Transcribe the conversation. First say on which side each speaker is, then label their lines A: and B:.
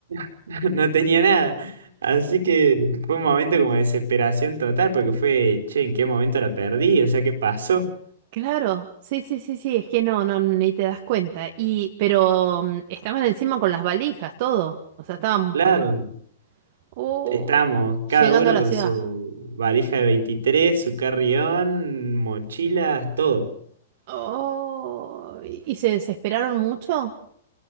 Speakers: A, on the right (about 70°); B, on the right (about 50°).
A: <laughs> no tenía nada. Así que fue un momento como de desesperación total, porque fue, che, ¿en qué momento la perdí? O sea, ¿qué pasó?
B: Claro, sí, sí, sí, sí, es que no, no, ni te das cuenta. Y, pero mm, estaban encima con las valijas, todo. O sea, estaban
A: Claro,
B: por... Oh,
A: estábamos cada
B: llegando
A: uno
B: a la
A: con
B: ciudad.
A: su valija de 23 su carrión, mochilas, todo.
B: Oh, ¿y y se desesperaron mucho?